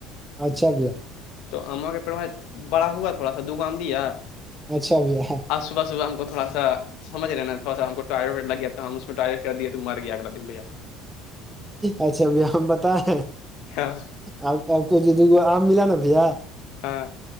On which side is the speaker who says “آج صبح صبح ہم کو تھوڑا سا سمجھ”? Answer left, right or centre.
Left